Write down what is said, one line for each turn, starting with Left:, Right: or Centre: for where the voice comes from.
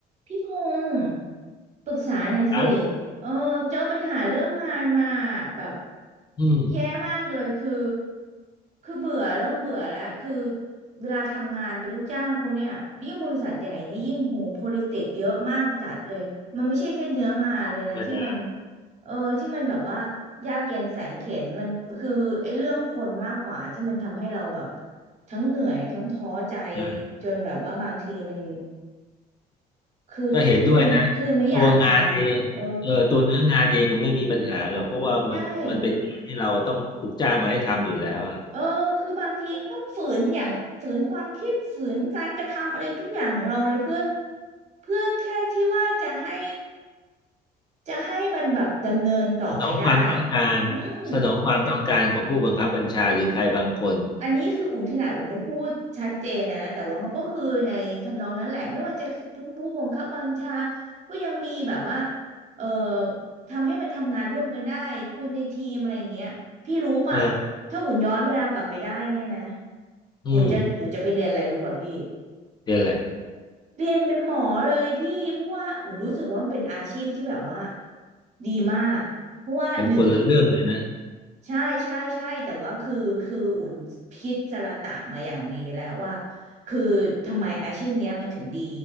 Right: พี่พงศ์ปรึกษาหน่อยสิ
Left: ครับ
Right: เออเจอปัญหาเรื่องงานมาแบบ
Left: อืม
Right: แย่มากเลยคือคือเบื่อเริ่มเบื่อแล้วคือเวลาทำงานเป็นลูกจ้างเขาเนี่ยยิ่งบริษัทใหญ่นี่ยิ่งโห politics เยอะมากจัดเลยมันไม่ใช่แค่เนื้องานเลยนะที่มัน
Left: ธรรมดา
Right: เออที่มันแบบว่ายากเย็นแสนเข็ญมันคือไอ้เรื่องคนมากกว่าที่มันทำให้เราแบบทั้งเหนื่อยทั้งท้อใจ
Left: อ่า
Right: จนแบบว่าบางทีมัน คือคือคือไม่อยากทำอ่ะเออ
Left: ก็เห็นด้วยนะตัวงานเองเออตัวเนื้องานเองไม่มีปัญหาหรอกเพราะว่ามันมันเป็นงานที่เราต้องถูกจ้างมาให้ทำอยู่แล้วอะ
Right: ใช่เออคือบางทีมันต้องฝืนอย่างฝืนความคิดฝืนการกระทำอะไรทุกอย่างของเราเลยเพื่อเพื่อแค่ที่ว่าจะให้จะให้มันแบบดำเนินต่อไปได้
Left: สนองความต้องการ
Right: อืม
Left: สนองความต้องการของผู้บังคับบัญชาหรือใครบางคน
Right: อันนี้คืออุ่นขนาดอุ่นไม่พูดชัดเจนนะแต่ว่ามันก็คือในทำนองนั้นแหละไม่ว่าจะผู้บังคับบัญชาก็ยังมีแบบว่าเอ่อทำให้มันทำงานร่วมกันได้คนในทีมอะไรอย่างเงี้ยพี่รู้ป่ะ
Left: เออ
Right: ถ้าอุ่นย้อนเวลากลับไปได้เนี่ยนะ
Left: อืม
Right: อุ่นจะอุ่นจะไปเรียนอะไรรู้ป่ะพี่
Left: เรียนอะไร
Right: เรียนเป็นหมอเลยพี่เพราะว่าอุ่นรู้สึกว่ามันเป็นอาชีพที่แบบว่าดีมากเพราะว่าหนึ่ง
Left: มันคนละเรื่องเลยนะ
Right: ใช่ใช่ใช่แต่ว่าคือคืออุ่นพิจารณามาอย่างดีแล้วว่าคือทำไมอาชีพเนี้ยมันถึงดี